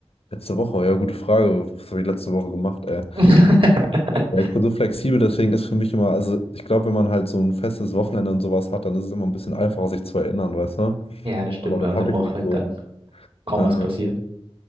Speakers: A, on the left; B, on the right.
A: letzte Woche, ja, gute Frage. Was habe ich letzte Woche gemacht, ey?
B: <laughs>
A: Ja, ich bin so flexibel, deswegen ist für mich immer, also ich glaube, wenn man halt so ein festes Wochenende und sowas hat, dann ist es immer ein bisschen einfacher, sich zu erinnern, weißt du?
B: Ja, das stimmt,
A: Aber das
B: weil unter
A: habe
B: der
A: ich
B: Woche
A: nicht
B: halt
A: so.
B: dann kaum
A: Ähm,
B: was passiert.